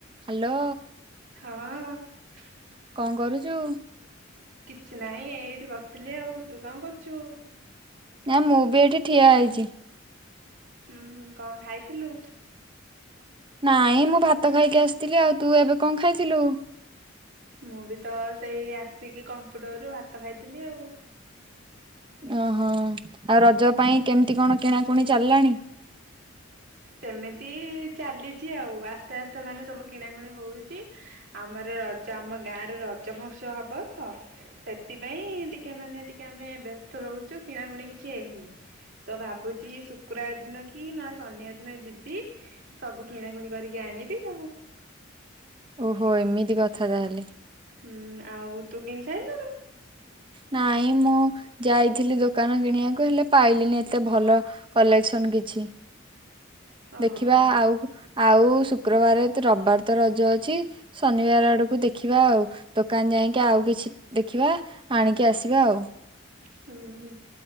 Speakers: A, on the right (about 25°); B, on the right (about 65°).
A: Hello!
B: ହଁ,
A: କଣ କରୁଚୁ?
B: କିଛି ନାଇଁ ଏଇଠି ବସିଥିଲି ଆଉ, ତୁ କଣ କରୁଛୁ?
A: ନା, ମୁଁ ବି ଏଇଠି ଠିଆ ହେଇଛି।
B: ହୁଁ, ହୁଁ କଣ ଖାଇଥିଲୁ?
A: ନାଇଁ, ମୁଁ ଭାତ ଖାଇକି ଆସିଥିଲି। ଆଉ ତୁ ଏବେ କଣ ଖାଇଥିଲୁ?
B: ମୁଁ ବି ତ ସେଇ ଆସିକି, କମ୍ପ୍ୟୁଟର ରୁ ଭାତ ଖାଇଥିଲି ଆଉ।
A: ଓହୋ! ଆଉ ରଜ ପାଇଁ କେମିତି କଣ କିଣାକୁଣି ଚାଲିଲାଣି?
B: ସେମିତି-ଇ ଚାଲିଛି ଆଉ, ଆସ୍ତେ ଆସ୍ତେ ମାନେ ସବୁ କିଣାକୁଣି ହଉଛି ଆମର ରଜ ଆମ ଗାଁରେ, ରଜ ମହୋତ୍ସବ ହବ ତ! ସେଥିପାଇଁ ଟିକେ ମାନେ ଟିକେ ଆମେ ବେ ବେସ୍ତ ରହୁଛୁ। କିଣାକୁଣି କିଛି ହେଇନି। ତ ଭାବୁଛିି ଶୁକ୍ରବାର ଦିନ କି ନ ଶନିବାର ଦି ଦିନ ଯିବି। ସବୁ କିଣାକୁଣି କରିକି ଆଣିବି ଆଉ।
A: ଓହୋ! ଏମିତି କଥା ତାହେଲେ।
B: ହୁଁ, ଆଉ ତୁ କିଣି ସାଇଲୁଣୁ?
A: ନାଇଁ, ମୁଁ ଯାଇଥିଲି ଦୋକାନ କିଣିବାକୁ ହେଲେ, ପାଇଲିିନି ଏତେ ଭଲ କଲେକ୍ସନ କିଛି
B: ଓହୋ
A: ଦେଖିବା ଆଉ। ଆଉ, ଶୁକ୍ରବାରେ ରବ୍ ବାର ତ ରଜ ଅଛି। ଶନିବାର ଆଡକୁ ଦେଖିବା ଆଉ। ଦୋକାନ ଯାଇଁକି ଆଉ କିଛି ଦେଖିବା, ଆଣିକି ଆସିବା ଆଉ।
B: ହୁଁ,